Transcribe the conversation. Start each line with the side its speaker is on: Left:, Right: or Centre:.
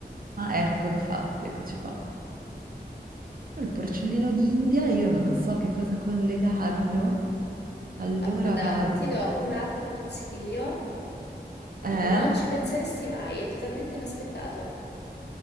Right: Ah, ecco, infatti, eccoci qua. Però il porcellino d'India, io non so che cosa collegarlo. Allora
Left: Ah, Guarda,
Right: vado...
Left: ti do un altro consiglio, non
Right: Eh?
Left: ci penseresti mai, è totalmente inaspettato.